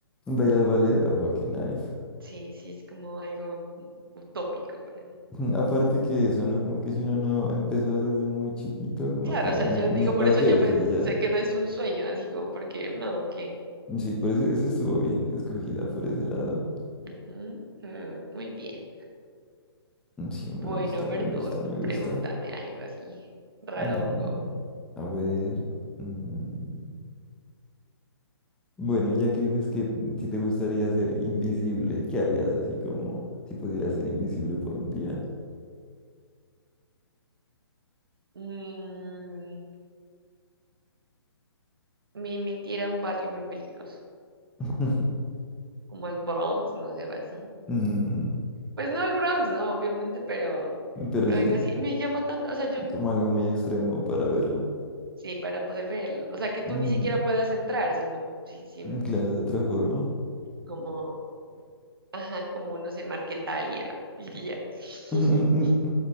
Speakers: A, in the centre; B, on the right.
A: Bailar ballet, oh, qué nice.
B: Sí, sí, es como algo mm, utópico para mí.
A: <laughs> Aparte que eso, ¿no? Como que si uno no empezó desde muy chiquito, como
B: Claro,
A: que
B: o sea,
A: ni
B: yo digo,
A: pa'
B: por eso
A: qué,
B: ya
A: o
B: fue,
A: sea, ya.
B: se quedó en un sueño, así como, porque no, ¿qué?
A: Ujú. Sí, por eso, eso estuvo bien escogida por ese lado.
B: Ujú, mm, muy bien.
A: Mm, Sí, me
B: Bueno,
A: gusta,
B: a ver
A: me gusta,
B: tú,
A: me gusta.
B: pregúntame algo así, rarongo.
A: Mm, a ver. mm, Bueno, ya que dices que si te gustaría ser invisible, ¿qué harías así como si pudieras ser invisible por un día?
B: Mm, me metiera a un barrio muy peligroso,
A: <laughs>
B: como al Bronx, no sé, o así.
A: Mm,
B: Pues no al Bronx, no, obviamente, pero,
A: Pero
B: pero
A: sí,
B: algo así. Me llama tanto, o sea, yo,
A: como algo muy extremo para verlo.
B: sí, para poder verlo. O sea, que tú
A: Ujú,
B: ni siquiera puedas entrar, sino, sí, sí,
A: mm, Claro, de otra forma.
B: como, ajá, como, no sé, Marquetalia, diría.
A: <laughs>
B: <laughs>
A: Ujú,